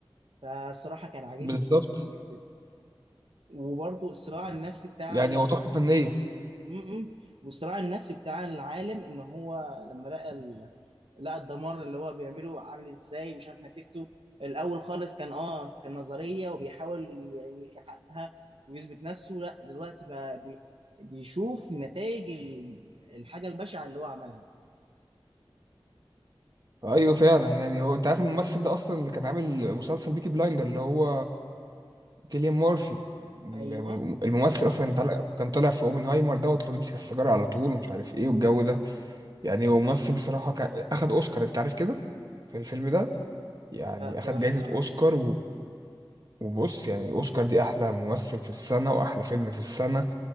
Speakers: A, on the right (about 85°); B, on the right (about 45°).
A: فالصراحة كان عاجبني
B: بالظبط
A: جدا جدا وبرضه الصراع النفسي بتاع
B: يعني
A: ال...
B: هو تحفه فنيه
A: م- م. والصراع النفسي بتاع العالم ان هو لما لقى ال... لقى الدمار اللي هو بيعمله عامل ازاي ومش عارف نتيجته الاول خالص كان اه كان نظرية وبيحاول ي- يحققها ويثبت نفسه لا دلوقتي بقى بي... بيشوف نتائج ال... الحاجة البشعة اللي هو عملها
B: ايوه فعلا يعني هو انت عارف الممثل ده اصلا اللي كان عامل مسلسل بيكي بلايندر اللي هو كيليان مورفي الم-
A: ايوه
B: الممثل اصلا اللي طلع- كان طالع في اوبنهايمر دوت اللي بيمسك السيجاره على طول ومش عارف ايه والجو ده يعني هو ممثل بصراحه كان- اخد اوسكار انت عارف كده في الفيلم ده
A: لا,
B: يعني
A: لا صراحة
B: اخد جائزه
A: ما اعرفش
B: اوسكار وبص يعني اوسكار دي احلى ممثل في السنه واحلى فيلم في السنه